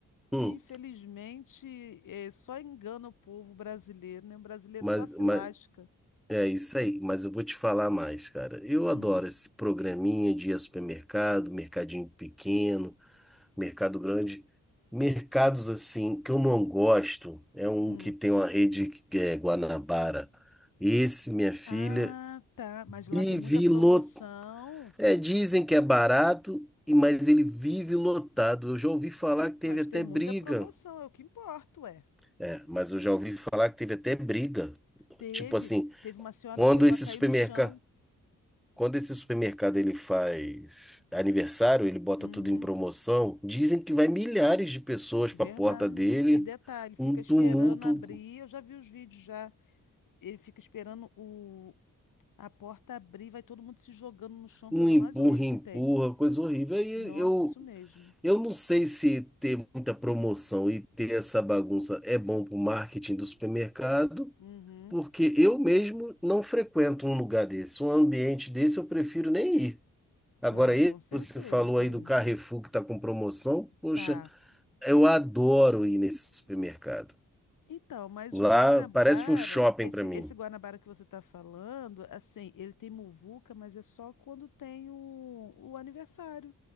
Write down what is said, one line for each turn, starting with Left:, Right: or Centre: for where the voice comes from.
Centre: Hum.
Left: Infelizmente, é, só engana o povo brasileiro, né? O brasileiro
Centre: Mas,
Left: só se
Centre: mas
Left: lasca.
Centre: é isso aí, mas eu vou te falar mais, cara. Eu
Left: Hum,
Centre: adoro esse programinha de ir ao supermercado, mercadinho pequeno, mercado grande. Mercados assim que eu não gosto é um
Left: hum.
Centre: que tem uma rede que é Guanabara. Esse, minha filha,
Left: Ah, tá. Mas lá
Centre: vive
Left: tem muita promoção.
Centre: lotado. É, dizem que é barato, e- mas ele vive lotado. Eu já ouvi falar que teve
Left: Mas
Centre: até
Left: tem muita
Centre: briga.
Left: promoção, é o que importa, ué.
Centre: É, mas eu já ouvi falar que teve até briga.
Left: Teve,
Centre: Tipo assim,
Left: teve uma senhora
Centre: quando
Left: que chegou
Centre: esse
Left: a cair
Centre: supermercado.
Left: no chão.
Centre: Quando esse supermercado ele faz aniversário, ele bota
Left: Uhum,
Centre: tudo em promoção, dizem que vai milhares de pessoas
Left: verdade.
Centre: para a porta dele,
Left: E detalhe, fica
Centre: um
Left: esperando
Centre: tumulto,
Left: abrir. Eu já vi os vídeos já. Ele fica esperando o a porta abrir, vai todo mundo se jogando no chão,
Centre: um
Left: coisa
Centre: empurra,
Left: mais horrível
Centre: empurra,
Left: que tem.
Centre: coisa horrível. Aí
Left: Nossa,
Centre: eu,
Left: isso mesmo.
Centre: eu não sei se ter muita promoção e ter essa bagunça é bom para o marketing do supermercado,
Left: Uhum.
Centre: porque eu mesmo não frequento um lugar desse, um ambiente desse eu prefiro nem ir. Agora,
Left: Ah, com
Centre: esse
Left: certeza.
Centre: que você falou aí do Carrefour que está com promoção, poxa.
Left: Tá.
Centre: Eu adoro ir nesse supermercado.
Left: Então, mas
Centre: Lá
Left: o Guanabara,
Centre: parece um shopping
Left: esse,
Centre: para
Left: esse
Centre: mim.
Left: Guanabara que você está falando, assim, ele tem muvuca, mas é só quando tem o, o aniversário,